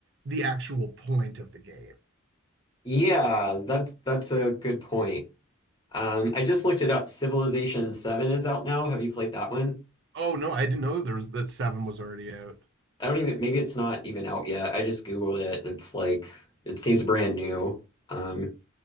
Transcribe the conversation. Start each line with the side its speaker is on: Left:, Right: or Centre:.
Right: the actual point of the game
Left: Yeah, that's that's a good point. Um, I just looked it up. Civilization 7 is out now. Have you played that one?
Right: Oh no, I didn't know there was that seven was already out.
Left: I don't even, maybe it's not even out yet. I just Googled it and it's like, it seems brand new. Um,